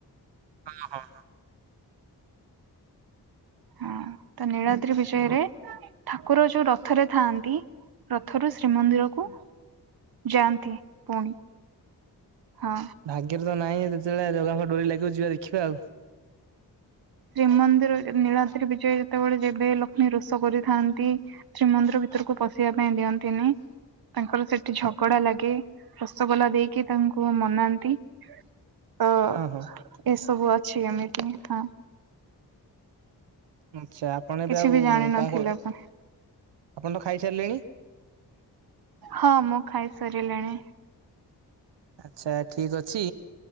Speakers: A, on the right; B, on the right.
A: ହଁ ହଁ ହଁ।
B: ହଁ ତ ନିଳାଦ୍ରି ବିଜୟରେ ଠାକୁର ଯୋଉ ରଥରେ ଥାଆନ୍ତି ରଥରୁ ଶ୍ରୀମନ୍ଦିର କୁ ଯାଆନ୍ତି ପୁଣି। ହଁ
A: ଭାଗ୍ୟରେ ତ ନାହିଁ ଯେତେବେଳେ ଜଗାଙ୍କ ଡୋରୀ ଲାଗିବ ଯିବା ଦେଖିବା ଆଉ।
B: ଶ୍ରୀମନ୍ଦିର ନୀଳାଦ୍ରି ବିଜୟ ଯେତେବେଳେ ଯିବେ ଲକ୍ଷ୍ମୀ ରୋଷ କରିଥାନ୍ତି ଶ୍ରୀମନ୍ଦିର ଭିତରକୁ ପଶିବା ପାଇଁ ଦିଅନ୍ତିନି। ତାଙ୍କର ସେଠି ଝଗଡ଼ା ଲାଗେ ରସଗୋଲା ଦେଇକି ତାଙ୍କୁ ମନାନ୍ତି।
A: <inaudible>
B: ତ
A: ହଁ
B: ଏସବୁ ଅଛି ଏମିତି ହଁ।
A: ଆଚ୍ଛା ଆପଣ
B: କିଛି
A: ଏବେ ଆଉ
B: ବି ଜାଣିନଥିଲେ
A: କଣ କ
B: ଆପଣ
A: ଆପଣ ତ ଖାଇସାରିଲେଣି?
B: ହଁ ମୁଁ ଖାଇସାରିଲିଣି।
A: ଆଚ୍ଛା ଠିକ ଅଛି